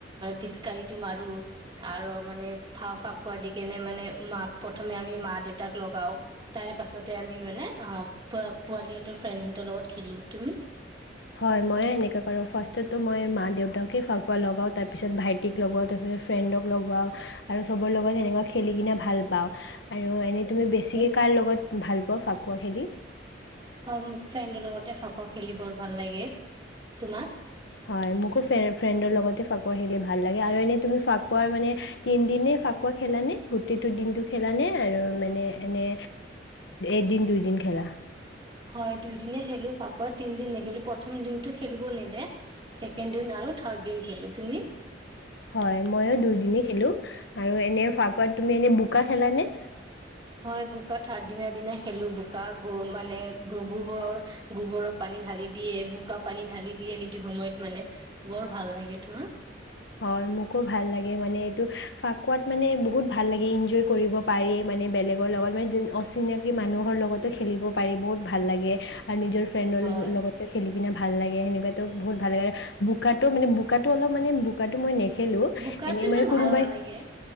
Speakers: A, on the right (about 30°); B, on the left (about 65°).
A: পিচকাৰিটো মাৰো আৰু মানে ফাকুৱা দি কেনে মানে মা প্ৰথমে আমি মা দেউতা তাক লগাও তাৰ পাছতে আমি মানে অ প পোৱালিহতৰ ফ্ৰেডহঁতৰ লগত খেলো তুমি
B: হয় মইে এনেককা কৰো ফ্ৰাছত মই মা দেউতাকে ফুৱোৱা লগাওঁ তাৰ পিছত ভাইটিক লগা তাৰপিছত ফ্ৰেণ্ডক লগও আৰু চবৰ লগত সেনেকুৱা খেলি কিনে ভাল পাওঁ আৰু এনেই তুমি বেছিকৈ
A: হয়
B: কাৰ লগত ভাল পাওঁ ফাকুৱা কহেলি
A: হয় মোৰ ফ্ৰেণ্ডৰ লগতে ফকুৱা' খেলি বৰ ভাল লাগে তোমাৰ
B: হয় মোকো ফ্ৰেণ্ডৰ লগতে ফাকুৱা খেলি ভাল লাগে আৰু এনে তুমি ফাকুৱাৰ মানে তিনিদিনে ফাকুৱা খেলাানে গোটেইটো দিনটো খেলানে আৰু মানে এনে এদিন দুইদিন খেলা
A: হয় দুদিনে খেলো ফাকুৱা তিনদিনে খেলো প্ৰথম দিনটো খেলিব নিদিয়ে ছেকেণ্ড দিন আৰু থাৰ্ড দিন খেলো তুমি
B: হয় মইয়ো দুইদিনেই খেলো আৰু এনে ফাকুৱাত তুমি এনে বোকা খেলানে
A: হয় বোকা থাৰ দিনা দিনা খেলো বোকা গ মানে গোবৰৰ গোবৰৰ পানী ঢালি দিয়ে বোকা পানী ঢালি দিয়ে সেইটো সময়ত মানে বৰ ভাল লাগে তোমাৰ
B: হয় মোকো ভাল লাগে মানে এইটো ফাকুৱাত মানে বহুত ভাল লাগে এনজয় কৰিব পাৰি মানে বেলেগৰ লগত মানে অচিনাকি মানুহৰ লগতো খেলিব পাৰি বহুত ভাল লাগে আৰু নিজৰ ফ্ৰেণ্ডৰ
A: হয়
B: লগ লগতে খেলি কিনে ভাল লাগে সেনেকুৱাতো বহুত ভাল লাগে আৰু বোকাত মানে বোকাতটো অলপ মানে ব বুকাটো নেখে নেখেলো
A: বোকাতো
B: এনে
A: ইমান
B: মানে কোনোবাই
A: ভাল নালাগে